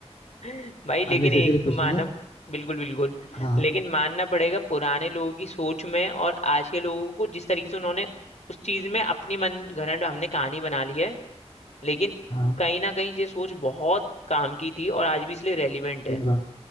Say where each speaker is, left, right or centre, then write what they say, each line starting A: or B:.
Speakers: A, on the left (about 80°); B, on the left (about 65°).
A: <laughs> भाई लेकिन
B: अननेसेसरी
A: एक तो
B: कुछ
A: मानना
B: नहीं है
A: बिल्कुल बिल्कुल
B: हाँ
A: लेकिन मानना पड़ेगा पुराने लोगों की सोच में और आज के लोगों को जिस तरीके से उन्होंने उस चीज में अपनी मन घड़ंट हमने कहानी बना ली है लेकिन
B: हाँ
A: कहीं ना कहीं ये सोच बहुत काम की थी और आज भी इसलिए रेलिवेंट
B: सही
A: है
B: बात